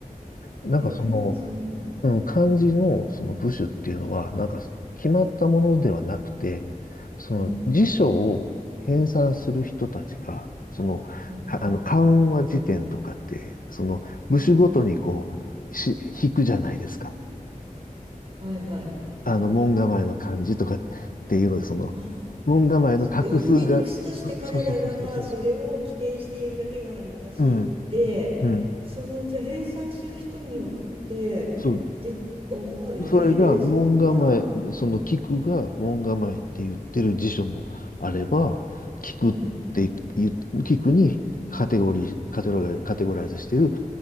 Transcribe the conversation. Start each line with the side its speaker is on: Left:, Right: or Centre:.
Left: なんかその、
Right: えー、そんな。
Left: うん、漢字のその部首っていうのは、なんか決まったものではなくて、その辞書を編纂する人たちが、
Right: うん。
Left: その、
Right: うん。
Left: はあの、漢和辞典とかって、その部首ごとにこう、
Right: うん。
Left: し、引くじゃないですか。
Right: はいはい。
Left: あの、門構えの漢字とかっていうので、
Right: あ、
Left: その、
Right: あ
Left: 門構えの画数が、
Right: あ、そっか、インデックスとして彼らがそれを規定しているだけの話で、
Left: そうそうそうそうそう。うん、うん。
Right: そのうちは編纂する人によって、
Left: そう、
Right: で、ああ、ええそんな、
Left: それが門構え、その菊が門構えって言ってる辞書もあれば、菊って言う、
Right: うん、
Left: 菊にカテゴリー、カテゴライ、カテゴライズしてる